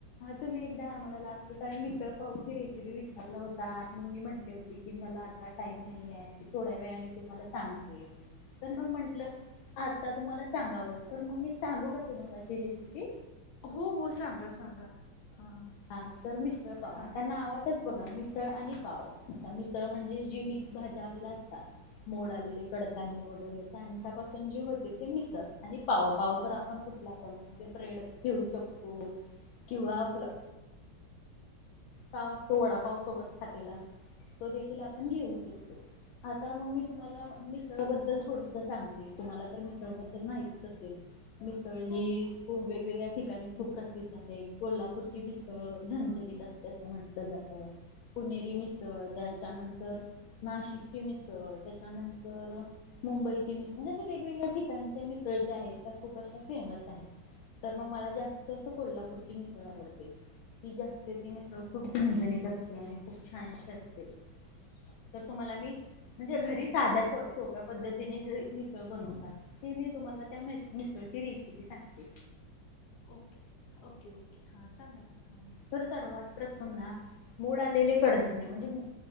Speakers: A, on the left (about 80°); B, on the left (about 70°).
A: तुम्ही एकदा मला लागत का मिसळ पावची रेसिपी विचारला होता मग मी म्हटले होते की मला आता टाईम नाही आहे थोड्या वेळाने तुम्हाला सांगते पण मग म्हंटलं आता तुम्हाला सांगावं तर मग मी सांगू का तुम्हाला ती रेसिपी
B: हो हो सांगा सांगा हा
A: हा तर मिशळ पावा
B: हा
A: त्यांना आवाातच बघा मितळ आणि पाव आता मितळ म्हणजे जी मिक्स भाज्या आपल्या असतात मोड आलेले कडधान्य वगैरे त्यांच्यापासून जे होते ते मिस आणि पाव पाव
B: हा
A: जर आपणठ प्रेर ठेऊ शकतो किंवा आपला पावस तो वडा पाव सोबत खातेला तो देखील आपण घेऊ शकतो आता मग मी तुम्हाला मिसळबद्दल थोडस सांगते तुम्हाला तर मिसळबद्दल माहितीच असेल मिस्थळी ही खूप वेगवेगळ्या ठिकाणी खूप प्रसिद्ध आहे कोल्हापूर रती पस्तळ झणझणीत असते अस म्हंटलं जातं पुणेरी मिसळ त्याच्यानंतर नाशिकची मिसळ त्याच्यानंतर मुंबईचे मित म्हणजे असे वेगवेगळ्या ठिकाणचे मित्र ज्या आहेत त्या खूप अशा फेमस आहेत तर मग मला जास्त असं कोल्हापूरची मिसळ आवडते ती जी असते ती मिसळ खूप झनझणीत असते आणि खूप छानशी असते तर तुम्हाला मी म्हणजे घरी साध्या सोप्या पद्धतीने जे मिसळ बनवतात ते मी तुम्हाला त्या मिसळ ेि सांगते
B: ओके ओके ओके हां सांगा ना हा
A: तर सर्वात प्रथम ना मूड आलेले कडधान्य म्हणजे